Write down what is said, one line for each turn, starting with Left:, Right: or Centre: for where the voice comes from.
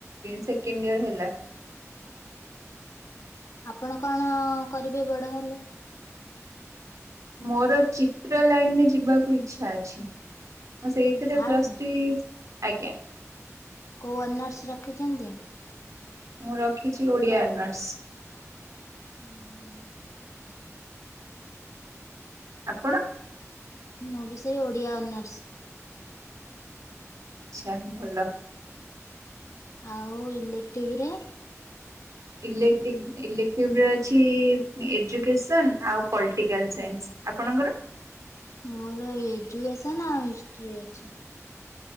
Right: ସେକେଣ୍ଡ ଇଅର ହେଲା
Left: ଆପଣ କଣ କରିବେ ବଡ଼ ହେଲେ?
Right: ମୋର ଚିତ୍ର ଲାଇନରେ ଯିବାକୁ ଇଚ୍ଛା ଅଛି ମୁଁ ସେଇଥିରେ
Left: ଆର୍ଟ
Right: ପ୍ଲସ୍ ଥ୍ରୀ ଆଜ୍ଞା।
Left: କୋଉ ଅନର୍ସ ରଖିଛନ୍ତି?
Right: ମୁଁ ରଖିଛି ଓଡ଼ିଆ ଅନର୍ସ
Left: ହୁଁ।
Right: ଆପଣ?
Left: ମୁଁ ବି ସେଇ ଓଡିଆ ଅନର୍ସ।
Right: ଆଚ୍ଛା ଭଲ।
Left: ଆଉ ଇଲେକ୍ଟ୍ରିଭିରେ
Right: ଇଲେକଟିବ୍ ଇଲେକ୍ଟିଭ୍ରରେ ଅଛି ଏଜୁକେସନ୍ ଆଉ ପଲିଟିକାଲ ସାଇନ୍ସ ଆପଣଙ୍କର?
Left: ମୋର ଏଜୁକସନ ଆଉ ହିଷ୍ଟ୍ରି ଅଛି।